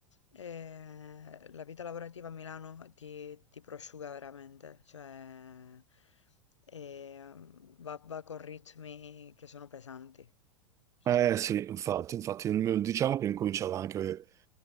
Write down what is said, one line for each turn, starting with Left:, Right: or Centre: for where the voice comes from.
Left: e la vita lavorativa a Milano ti ti prosciuga veramente, cioè, ehm, va va con ritmi che sono pesanti. Sono
Right: Eh sì, infatti, infatti, il mio- diciamo che incominciava anche